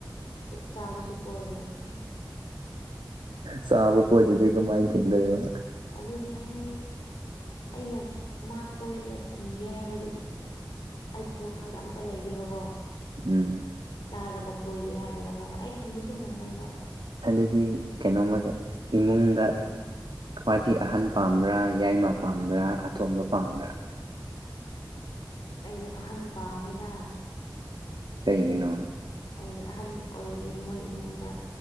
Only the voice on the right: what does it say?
ꯆꯥꯕ ꯀꯣꯏꯗꯗꯤ ꯀꯃꯥꯏꯅ ꯊꯦꯡꯗꯣꯏꯕ
ꯎꯝ
ꯑꯗꯨꯗꯤ ꯀꯩꯅꯣꯃꯒ ꯏꯃꯨꯡꯗ ꯈ꯭ꯋꯥꯏꯗꯩ ꯑꯍꯟ ꯄꯥꯝꯕ꯭ꯔꯥ ꯌꯥꯏꯃ ꯄꯥꯝꯕ꯭ꯔꯥ ꯑꯇꯣꯝꯕ ꯄꯥꯝꯕ꯭ꯔꯥ
ꯀꯩꯒꯤꯅꯣ